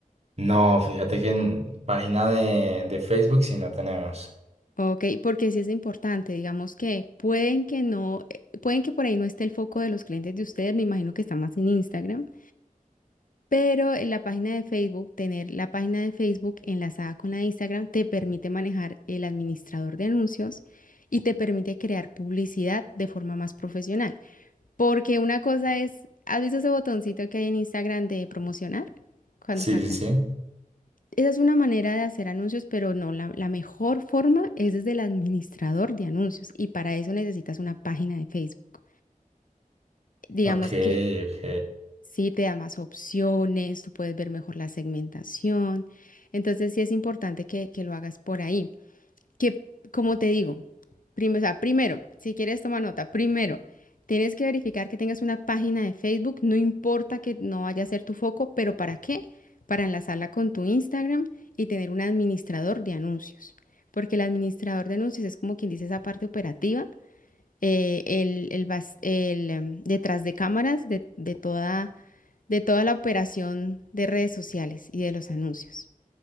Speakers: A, on the right; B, on the left.
A: No, fíjate que en página de, de Facebook sí no tenemos.
B: Ok, porque sí es importante, digamos que pueden que no, eh, pueden que por ahí no esté el foco de los clientes de ustedes, me imagino que está más en Instagram, pero en la página de Facebook, tener la página de Facebook enlazada con la de Instagram te permite manejar el administrador de anuncios y te permite crear publicidad de forma más profesional, porque una cosa es, ¿has visto ese botoncito que hay en Instagram de promocionar? Cuando
A: Sí,
B: sacas
A: sí, sí.
B: esa es una manera de hacer anuncios, pero no, la, la mejor forma es desde el administrador de anuncios y para eso necesitas una página de Facebook. Digamos
A: Ok,
B: que
A: ok.
B: sí te da más opciones, tú puedes ver mejor la segmentación, entonces sí es importante que, que lo hagas por ahí que, como te digo, prim- o sea, primero, si quieres toma nota, primero, tienes que verificar que tengas una página de Facebook, no importa que no vaya a ser tu foco, pero ¿para qué? Para enlazarla con tu Instagram y tener un administrador de anuncios, porque el administrador de anuncios es como quien dice esa parte operativa, eh, el, el bas- el, em, detrás de cámaras de, de toda, de toda la operación de redes sociales y de los anuncios,